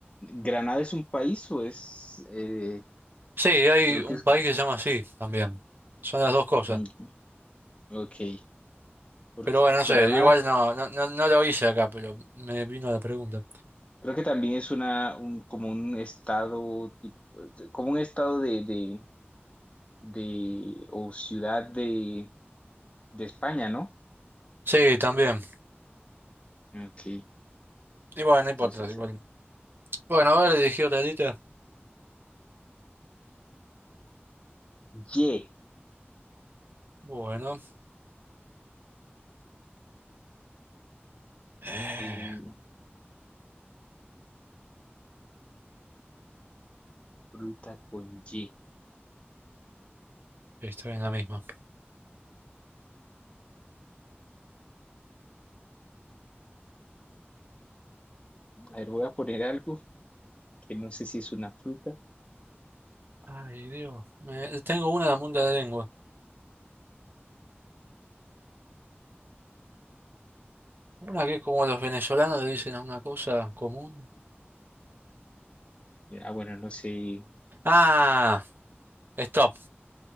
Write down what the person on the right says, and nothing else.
Sí, hay
un
país que se llama así también. Son las dos cosas.
Pero bueno, no sé,
igual no, no, no, no lo hice acá, pero me vino la pregunta.
Sí, también.
Y bueno, no importa,
igual.
Bueno, a ver, dirigí otra lista.
Bueno, eh,
estoy en la misma.
Ay, Dios, me, tengo una en la punta de la lengua. Una que es como los venezolanos le dicen a una cosa común.
Ah, stop.